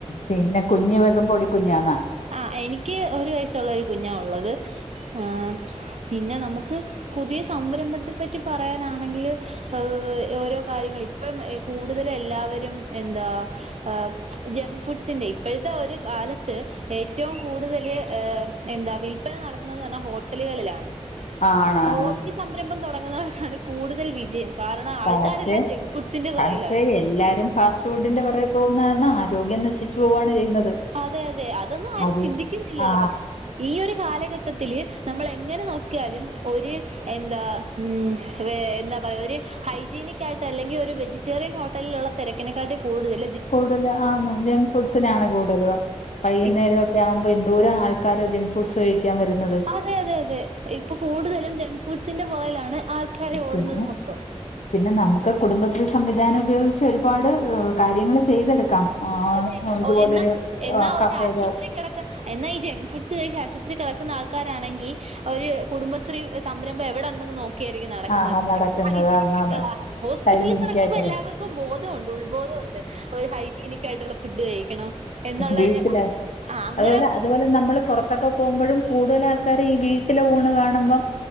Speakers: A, on the left; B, on the right.
A: പിന്നെ കുഞ്ഞഞ് വെറും പൊടിക്കുഞ്ഞന്നാ
B: ആ എനിക്ക് ഒരു വയസ്സുള്ള ഒരു കുഞ്ഞാ ഉള്ളത് ആ പിന്നെ നമുക്ക് പുതിയ സംരംഭത്തെ പറ്റി പറയാനാണെങ്കില് ഏഹ് ഓരോ കാര്യങ്ങൾ ഇപ്പം കൂടുതല എല്ലാവരും എന്താ ആഹ് ജങ്ക് ഫുഡ്സിന്റെ ഇപ്പോഴത്തെ ഒരു കാലത്ത് ഏറ്റവും കൂടുതൽഏ എന്താ വിൽപ്പന നടക്കുന്നെന്ന് പറഞ്ഞാൽ ഹോട്ടലുകളിലാണ്
A: ആണാണ്
B: ഹോട്ടി സംരംഭം തുടങ്ങുന്നവർക്കാണ് കൂടുതൽ വി- ജം കാരണം ആൾക്കാരെല്ലാം
A: പക്ഷെ
B: ജങ്ക് ഫുഡ്സിന്റെ പിറകിലാണ്
A: പക്ഷെ എല്ലാരും ഫാസ്റ്റ് ഫുഡിന്റെറെ പറയ പോകുന്നാ ആ രോഗ്യം നശിച്ചു പോവണ് ചെയ്യുന്നത്
B: അതെ അതെ അതൊന്നും ആരും
A: അത
B: ചിന്തിക്കുന്നില്ലല്ലോ
A: ആ
B: പക്ഷെ ഈ ഒരു കാലഘട്ടത്തില് നമ്മൾ എങ്ങനെ നോക്കിയാലും ഒരു എന്താ ഉ എന്താ പറയ ഒരു ഹൈജീനക് ആയിട്ട് അല്ലെങ്കിൽ ഒരു വെജിറ്റേറിയൻ ഹോട്ടലിലുള്ള തിരക്കിനക്കാട്ടിം കൂടുതല്
A: കൂടുത ആ ജങ്ക് ഫുഡ്സിനാണ് കൂടുതൽ വൈകുന്നേരമൊക്കെ
B: ഇ
A: ആ - വുമ്പോ എന്തോരം ആൾക്കാര ജക് ഫുഡ്സ് കഴിക്കാൻ വരുന്നത്
B: അതെ അതെ അതെ ഇപ്പൊ കൂടുതലും ജങ്ക് ഫുഡ്സിന്റെ പുറയിലാണ് ആൾക്കാരെ ഓടുന്നുന്നത്
A: പിന്നെ
B: മൊത്തം
A: പിന്നെ നമുക്ക് കുടുംബശ്രീ സംവിധാനം ഉപയോഗിച്ച് ഒരുപാട് കാര്യങ്ങൾ ചെയ്തെടുക്കാം
B: അതെ
A: ഇതുപോലൊരു
B: ഓ എന്നാ എന്നാ ഒ
A: കഫേകൾ
B: ആശുപത്രി കട എന്നാ ഈ ജങ്ക് ഫുഡ്സ് കഴി ആശുപത്രിൽ കിടക്കുന്ന ആൾക്കാരാണെങ്കിൽ ഒരു കുടുംബശ്രീ സംരംഭം എവിടെ ഉണ്ടെന്ന് നോക്കി ക്കിയയ്ക്കാരം നടക്കുന്നത്
A: ആ നടക്കുന്നത്
B: ഹൈജായിയിട്ടുള്ളഹാരം ഹോസ്പിറ്റലിൽ
A: ഹൈജീനിക്കായിട്ട്
B: കിടക്കുമ്പോൾ എല്ലാവർക്കും ബോധമുണ്ട് ഉത്ബോധമുണ്ട് ഒരു ഹൈജീനിക്- ട്ടുള്ളൊരു ഫുഡ് കഴിക്കണം എന്നുള്ള
A: വീട്ടില്
B: രു ആ അങ്ങനെ
A: അതുപോലെ അതുപോലെ നമ്മള് പുറത്തൊക്കെ പോകുമ്പോഴും കൂടുതൽ ആൾക്കാരെ ഈ വീട്ടിലെ ഊണ് കാണുമ്പം